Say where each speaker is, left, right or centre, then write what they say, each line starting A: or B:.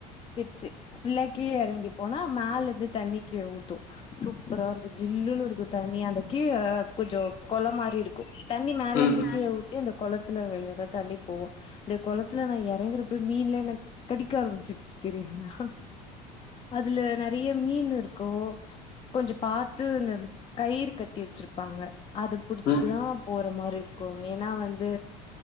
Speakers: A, on the left; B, on the left.
A: ஸ்டெப்ஸ் ஃபுல்லா கீழ எறங்கி போனா மேலந்து தண்ணி கீழ ஊத்து சூப்பரா இருக்கு ஜில்லுனு இருக்கு தண்ணி அந்த கீழ கொஞ்சோ கொளொ மாரி இரு க்கு தண்ணி மேலந்து
B: ம்
A: கீழ ஊத்தி அந்த கொளத்துல விழுதா தண்ணி போவு அந்த கொளத்துல நா எறங்கறப்ப மீனெல்லா என்ன கடிக்க ஆரம்பிச்சிருச்சு தெரியுங்ளா அதுல நெறயா மீன் இருக்கு கொஞ்சோ பா து இந்த கயிறு கட்டி வெச்சிருப்பாங்க அத புடிச்சு
B: ம் ம்
A: அ போற மாரி இருக்கு ஏனா வந்து